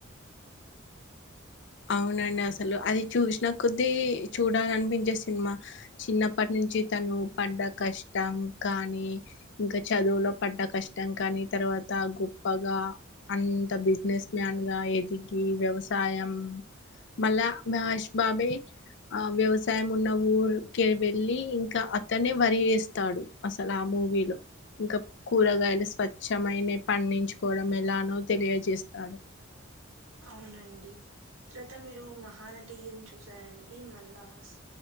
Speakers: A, on the left; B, on the right.
A: అవునండి అసలు అది చూసిన కొద్దీ చూడాలనిపించే సినిమా చిన్నప్పటి నుంచి నుంచి తను పడ్డ కష్టం కానీ ఇంకా చదువులో పడ్డ కష్టం కానీ తన తర్వాత గొప్పగా అంత బిజినెస్ మ్యాన్ గా ఎదిగి వ్యవసాయం మళ్ళా మహేష్ బాబే ఆ వ్యవసాయం ఉన్న ఊరికే వెళ్ళి ఇంకా అతనే వరి వేస్తాడు అసలు ఆ మూవీలో ఇంకా కూరగాయలు స్వచ్ఛమైనయి పండించుకోవడం ఎలానో తెలియజేస్తాడు
B: అవునండి తర్వాత మీరు మహానటీయని చూసారండి మళ్ళాస్